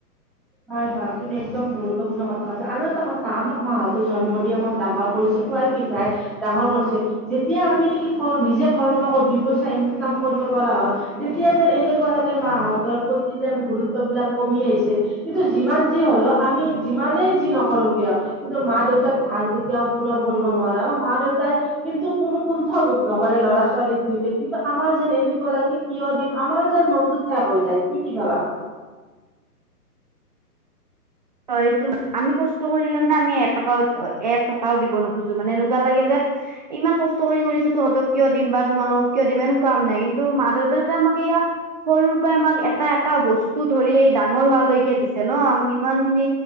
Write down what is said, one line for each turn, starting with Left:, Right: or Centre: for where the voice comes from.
Centre: হয় হয়, তুমি এক্দম গুৰুত্বপূৰ্ণ কথা কৈছা। আৰু এটা কথা আমাক মাহঁতে জন্ম দি আমাক ডাঙৰ কৰিছ- য খুৱাই পিন্ধাই। ডাঙৰ কৰিছে, যেতিয়া আমি নেকি নিজে কৰ্ম কৰি দুই পইচা ইনকাম কৰিব পৰা হ- তেতিয়া যেন এনেকুৱা লাগে মাহতৰ প্ৰতি যেন গুৰুত্ব বিলাক কমি আহিছে। কিন্তু যিমান যি হ'লেও আমি- যিমানেই যি নকৰো কিয়? কিন্তু মা দেউতাক ধাৰ কেতিয়াও পূৰণ কৰিব নোৱাৰা আৰু মা দেউতাই- কিন্তু কোনো কুণ্ঠবোধ নকৰে ল'ৰা ছোৱালীক দিওঁতে কিন্তু আমাৰ যেন এনেকুৱা লাগে কিয় দিম আমাৰো যেন মনতটো ঠেক হৈ যায় তুমি কি ভাবা।
Right: হয়, সেইটো আমি কষ্ট কৰিলে মানে আমি এটকা এটকা। ভাও দিব নোখোজো মানে এনেকুৱা লাগে যে ইমান কষ্ট কৰি কৰি যে তহঁতক কিয় দিম বা তোমালোকক কিয় দিম এনেকুৱা মানে কি মা দেউতা যে আমাক এইয়া সৰুৰ পৰাই আমাক এটা এটা বস্তু ধৰি ডাঙৰ ডাঙৰ হোৱালৈকে দিছে ন' আমাক ইমান খিনি